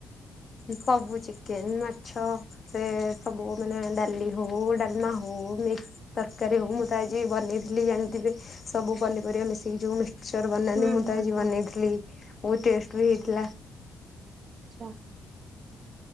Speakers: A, on the left; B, on the right.
A: ସବୁ ଚିକେନ, ମାଛ, ସେ ସବୁ ମାନେ ଡାଲି ହଉ, ଡ଼ାଲମା ହଉ, ମିକ୍ସ ତରକାରୀ ହଉ, ମୁଁ ତ ଆଜି ବନେଇଥିଲି ଜାଣିଥିବେ, ସବୁ ପନିପରିବା ମିଶିକି ଯୋଉ ମିକ୍ ମିକ୍ସଚର ବନାନି
B: ହୁଁ
A: ମୁଁ
B: ହୁଁ
A: ତ ଆଜି
B: ହୁଁ
A: ବନେଇଥିଲି, ବହୁତ ଟେଷ୍ଟ
B: ଆଚ୍ଛା
A: ବି ହେଇଥିଲା।
B: ଆଚ୍ଛା।